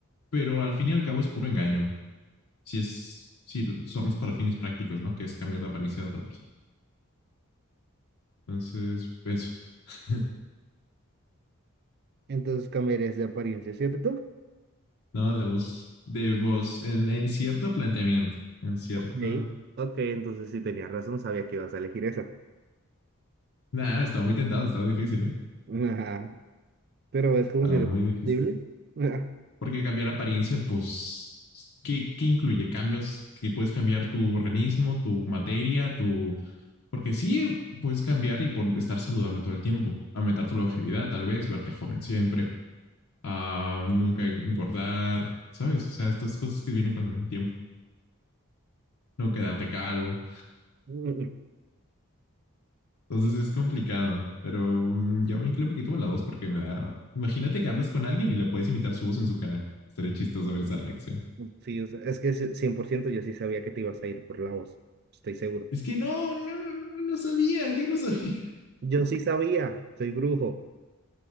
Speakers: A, on the left (about 80°); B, on the right (about 45°).
A: pero al fin y al cabo es puro engaño. Si es, si somos para fines prácticos, ¿no? Que es cambiar la apariencia de otra persona. Entonces, eso. <laughs>
B: entonces cambiarías de apariencia, ¿cierto?
A: No, de voz, de voz, en, en cierto planteamiento, en cierto.
B: Ok, ok, entonces sí tenías razón, sabía que ibas a elegir esa.
A: Nada, estaba muy tentado, estaba difícil, ¿eh?
B: Ajá, Pero es como
A: Estaba
B: si era
A: muy
B: posible.
A: difícil.
B: Ajá,
A: Porque cambiar apariencia, pues, ¿qué, qué incluye? Cambios que puedes cambiar tu organismo, tu materia, tu... Porque sí, puedes cambiar y por estar saludable todo el tiempo, aumentar tu longevidad, tal vez, verte joven siempre, a nunca engordar, ¿sabes? O sea, estas cosas que vienen con el tiempo, no quedarte calvo.
B: mm,
A: Entonces
B: mm,
A: es complicado, pero mm, yo me incluyo un poquito a la dos porque me da... Imagínate que hablas con alguien y le puedes imitar su voz en su cara. Estaría chistoso ver esa reacción.
B: <laughs> Sí, o sea, es que sí, cien por ciento yo sí sabía que te ibas a ir por la voz, estoy seguro.
A: Es que no, no, no, no sabías, yo no sabía.
B: Yo sí sabía, soy brujo.